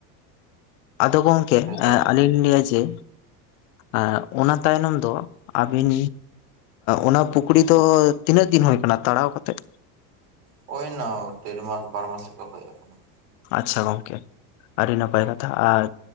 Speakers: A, on the left; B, on the right.
A: ᱟᱫᱚ ᱜᱚᱢᱠᱮ
B: ᱮᱠᱫᱚᱢ
A: ᱟᱹᱞᱤᱧ ᱞᱤᱧ ᱞᱮᱭᱟ ᱡᱮ ᱟᱨ ᱚᱱᱟ ᱛᱟᱭᱱᱚᱢ ᱫᱚ ᱟᱹᱵᱤᱱ ᱚᱱᱟ ᱯᱩᱠᱷᱨᱤ ᱫᱚ ᱛᱤᱱᱟᱹᱜ ᱫᱤᱱ ᱦᱳᱭ ᱟᱠᱟᱱᱟ ᱛᱟᱲᱟᱣ ᱠᱟᱛᱮᱜ?
B: ᱦᱳᱭ ᱮᱱᱟ ᱰᱮᱲᱢᱟᱥ ᱵᱟᱨ ᱢᱟᱥ ᱞᱮᱠᱟ ᱦᱳᱭ ᱟᱠᱟᱱᱟ ᱾
A: ᱟᱪᱪᱷᱟ ᱜᱚᱢᱠᱮ ᱟᱹᱰᱤ ᱱᱟᱯᱟᱭ ᱠᱟᱛᱷᱟ ᱟᱨ